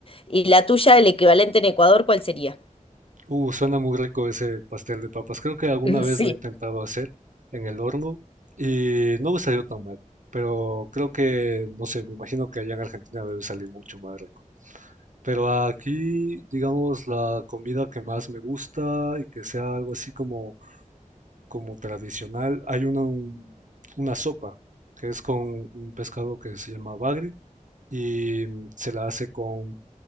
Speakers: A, on the left; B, on the right.
A: ¿Y la tuya, el equivalente en Ecuador, cuál sería?
B: Uh, suena muy rico ese pastel de papas. Creo que alguna
A: <laughs>
B: vez lo he intentado hacer en el horno y no me salió tan mal, pero creo que, no sé, me imagino que allá en Argentina debe salir mucho más rico. Pero aquí, digamos, la comida que más me gusta y que sea algo así como como tradicional, hay una, un- una sopa que es con un pescado que se llama bagre y mm, se la hace con,